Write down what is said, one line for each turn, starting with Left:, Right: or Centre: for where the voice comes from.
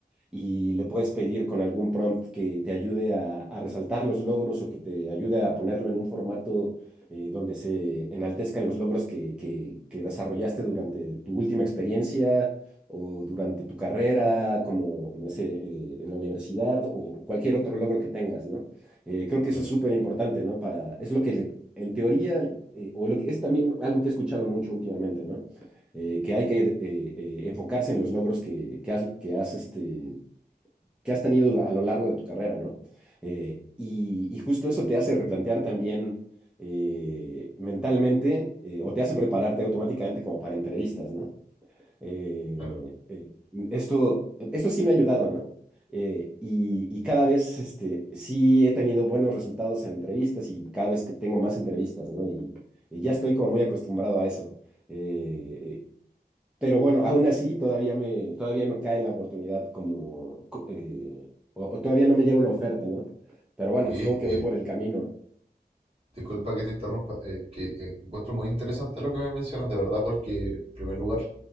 Centre: y le puedes pedir con algún prompt que te ayude a, a resaltar los logros o que te ayude a ponerlo en un formato eh, donde se enaltezcan los logros que, que, que desarrollaste durante tu última experiencia o durante tu carrera, como, no sé, eh, en la universidad o, o cualquier otro logro que tengas, ¿no? Eh, creo que
Right: Claro,
Centre: eso es súper importante, ¿no? Para, es lo que le- en teoría, eh, o lo que es también algo que he escuchado mucho últimamente, ¿no? Eh, que hay que eh, eh, enfocarse en los logros que, que has, que has este, que has tenido a lo largo de tu carrera, ¿no? Eh, y, y justo eso te hace replantear también eh, mentalmente eh, o te hace prepararte automáticamente como para entrevistas, ¿no? Eh,
Right: claro.
Centre: eh, esto, esto sí me ha ayudado, ¿no? Eh, y, y cada vez este, sí he tenido buenos resultados en entrevistas y cada vez que tengo más entrevistas, ¿no? Y, y ya estoy como muy acostumbrado a eso. Eh, pero bueno, aún así todavía me, todavía no cae la oportunidad como, co- eh, o, o todavía no me llega una oferta, ¿no? Pero bueno,
Right: Oye,
Centre: supongo
Right: eh,
Centre: que voy por el camino.
Right: disculpa que te interrumpa, eh, que eh, encuentro muy interesante lo que me mencionas, de verdad, porque en primer lugar,